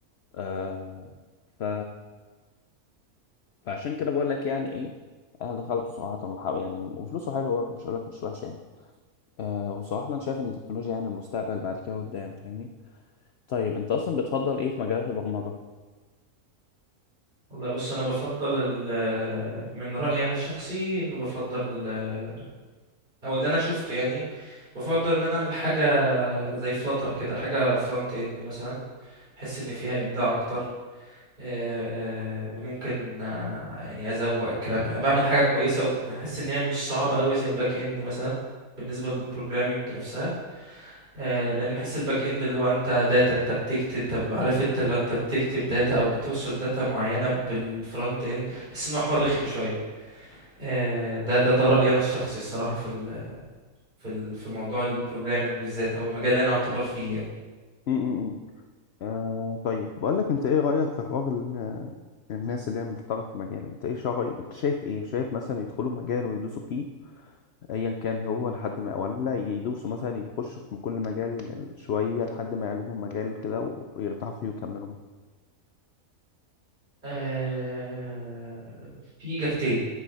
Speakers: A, on the left (about 60°); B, on the right (about 35°).
A: آه ف فعشان كده بقول لك يعني ايه انا دخلته صراحه وحق- يعني وفلوسه حلوه برضه مش هقول لك مش وحشه يعني أه وصراحه انا شايف ان التكنولوجيا يعني المستقبل بعد كده قدام فاهمني طيب انت اصلا بتفضل ايه في مجالات البرمجه
B: والله بص انا بفضل ال- من رايي انا الشخصي ان بفضل ال- او اللي انا شفته يعني بفضل ان انا اعمل حاجه زي فلاتر كده حاجه فرونت اند مثلا احس ان فيها ابداع اكتر آه، ممكن آه، يعني ازوق الكلام بحب بعمل حاجه كويسه وبحس ان هي مش صعبه قوي زي الباك اند مثلا بالنسبه للبروجرامينج نفسها آه، لان بحس الباك اند اللي هو انت داتا انت بتكتب طب عارف انت اللي هو انت بتكتب داتا او بتوصل داتا معينه بالفرونت اند بحس ان هو حوار رخم شويه آه، ده ده ده رايي انا الشخصي الصراحه في ال في ال في موضوع البروجرامينج بالذات او المجال اللي انا اعتبر فيه يعني
A: امم آه طيب بقول لك انت ايه رأيك في حوار ال- الناس اللي هي محترفه في المجال انت ايه شرعي انت شايف ايه شايف مثلا يدخلوا مجال ويدوسوا فيه ايا كان هو لحد ما ولا يدوسوا مثلا يخشوا في كل مجال شوية لحد ما يعجبهم مجال كده ويرتاحوا فيه ويكملوا
B: آه، في اجابتين